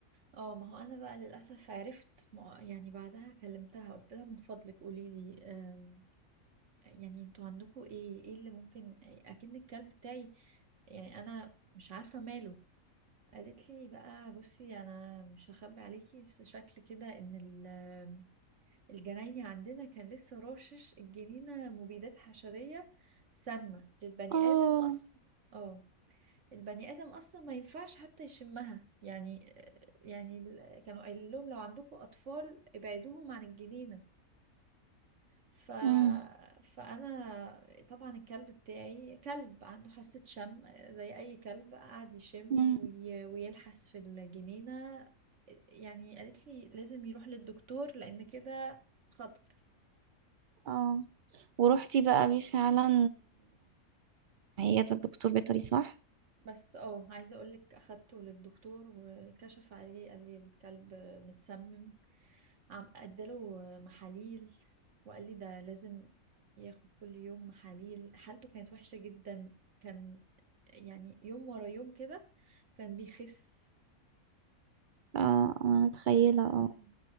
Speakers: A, on the right (about 55°); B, on the right (about 85°).
A: اه ما هو انا بقى للاسف عرفت ما- يعني بعدها كلمتها قلت لها من فضلك قولي لي آم، يعني انتوا عندكم ايه ايه اللي ممكن اكن الكلب بتاعي يعني انا مش عارفه ماله قالت لي بقى بصي انا مش هخبي عليكي بس شكل كده ان ال- الجنايني عندنا كان لسه راشش الجنينه مبيدات حشريه سامه للبني
B: اه
A: ادم اصلا اه البني ادم اصلا ما ينفعش حتى يشمها يعني يعني ال- كانوا قايلين لهم لو عندكم اطفال ابعدوهم عن الجنينه ف...
B: مم.
A: فأنا طبعا الكلب بتاعي كلب عنده حاسة شم زي أي كلب قعد يشم
B: مم.
A: وي... ويلحس في الجنينة يعني قالت لي لازم يروح للدكتور لأن كده خطر
B: اه ورحتي بقى بيه فعلا للعيادة الدكتور بيطري صح؟
A: بس اه عايزة أقولك أخدته للدكتور وكشف عليه قال لي الكلب متسمم عم اداله محاليل وقال لي ده لازم ياخد كل يوم محاليل حالته كانت وحشة جدا كان يعني يوم ورا يوم كده كان بيخس
B: اه انا متخيلة
A: آه
B: اه